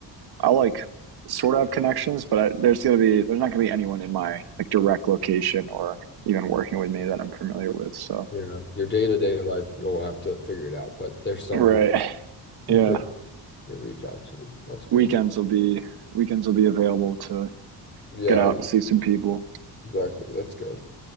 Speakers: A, on the right (about 60°); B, on the left (about 25°).
A: I like sort of have connections, but I, there's gonna be there's not gonna be anyone in my like direct location or even working with me that I'm familiar with. So
B: Yeah, your day-to-day life, you'll have to figure it out, but there's some
A: right,
B: people you
A: yeah.
B: could you reach out to. That's cool.
A: Weekends will be weekends will be available to
B: Yeah,
A: get out and see some people.
B: exactly. That's good.